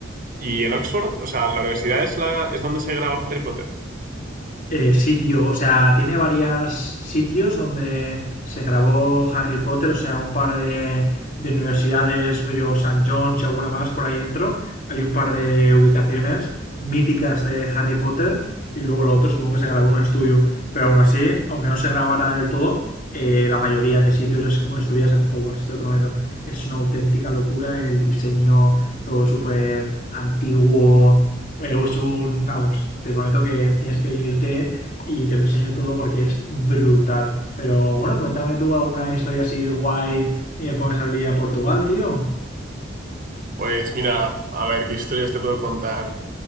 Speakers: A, on the right (about 45°); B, on the left (about 45°).
A: Y en Oxford, o sea, la universidad es, la, es donde se graba Harry Potter.
B: Eh, sí, tío, o sea, tiene varios sitios donde se grabó Harry Potter, o sea, un par de, de universidades, rollo St. John's y alguna más por ahí dentro. Hay un par de ubicaciones míticas de Harry Potter y luego lo otro supongo que se grabó en un estudio. Pero aún así, aunque no se grabara del todo, eh, la mayoría de sitios es como si estuvieras en Hogwarts, te lo prometo. Es una auténtica locura el diseño, todo súper antiguo, eh, Es un, vamos, te prometo que tienes que venirte y te lo enseño todo porque es brutal. Pero bueno, cuéntame tú alguna historia así guay y me pones al día de Portugal, tío.
A: Pues mira, a ver, ¿qué historias te puedo contar?